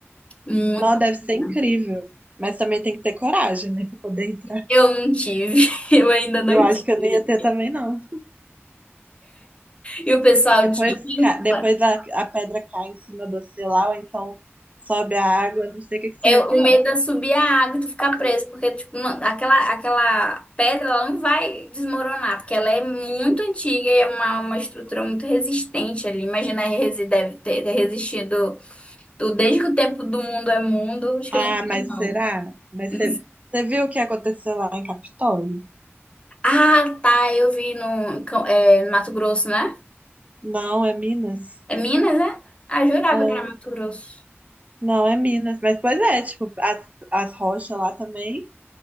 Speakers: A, on the left; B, on the right.
A: Muito
B: não, deve ser
A: bacana.
B: incrível. Mas também tem que ter coragem, né, para poder entrar.
A: Eu não tive, <laughs> eu ainda não
B: Eu acho
A: tive.
B: que eu não ia ter também, não.
A: E o pessoal
B: Depois,
A: de Rincon,
B: ca- depois a, a pedra cai em cima de você lá, ou então sobe a água, não sei o que que seria
A: é o
B: pior.
A: medo é subir a água e tu ficar preso, porque tipo, não- aquela, aquela pedra ela não vai desmoronar, porque ela é muito antiga e é uma, uma estrutura muito resistente ali. Imagina, a resi- deve ter ter resistido. do desde que o tempo do mundo é mundo, acho que
B: Ah,
A: não tinha,
B: mas
A: não.
B: será? Mas
A: Não
B: você
A: sei.
B: você viu o que aconteceu lá em Capitólio?
A: Ah, tá, eu vi no, Cam- é, no Mato Grosso, né?
B: Não, é Minas.
A: É Minas, né? Ah, eu jurava
B: É,
A: que era Mato Grosso.
B: Não, é Minas. Mas, pois é, tipo, as, as rochas lá também,